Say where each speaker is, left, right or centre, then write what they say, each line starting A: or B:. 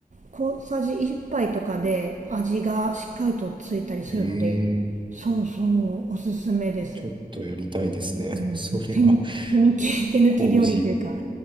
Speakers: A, on the right (about 55°); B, on the right (about 30°).
A: 小さじ1杯とかで味がしっかりとついたりするので
B: ええ、
A: そうそうおすすめです
B: ちょっとやりたいですね。
A: あの手抜手抜き、
B: <laughs> それは、
A: 手抜き料理というか、
B: 麹。